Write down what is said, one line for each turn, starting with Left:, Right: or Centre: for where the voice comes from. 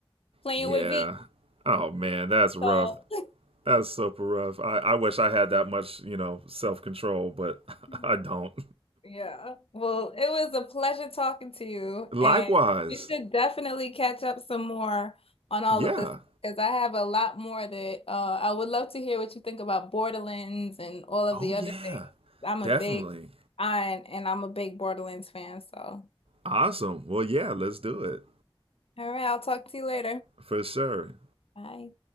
Left: playing
Right: yeah
Left: with V.
Right: oh man that's rough
Left: So
Right: that's super rough I, I wish I had that much you know self control but <laughs>
Left: <laughs>
Right: I don't
Left: Yeah. Well, it was a pleasure talking to you,
Right: <laughs> likewise
Left: and we should definitely catch up some more on all
Right: yeah
Left: of this because I have a lot more that uh, I would love to hear what you think about Borderlands and all of
Right: oh
Left: the
Right: yeah
Left: other things. I'm
Right: definitely
Left: a big, I and I'm a big Borderlands fan. So, all
Right: Awesome. Well, yeah, let's do it
Left: right, I'll talk to you later.
Right: for sure.
Left: Bye.